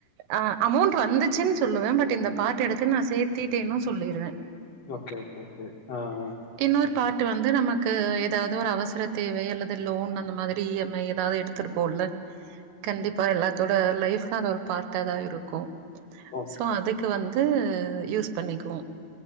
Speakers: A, on the right; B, on the left.
A: ஆ அமோண்ட் வந்துச்சுன்னு சொல்லுவே பட் இந்த பார்ட் எடுத்து நா சேர்த்தட்டேன்னு சொல்லிருவே
B: ஓகே ஓகே ஓகே ஆ ஆ
A: இன்னொரு பார்ட்டு வந்து நமக்கு எதாவது ஒரு அவசர தேவை அல்லது லோன் அந்த மாதிரி இ எம் ஐ எதாவது எடுத் த்துரு போல கண்டிப்பா எல்லாத்தோட லைஃப்லா அது ஒரு பார்ட்டா தா இருக்கு
B: ஓகே
A: சோ அதுக்கு வந்து யூஸ் பண்ணிக்குவோ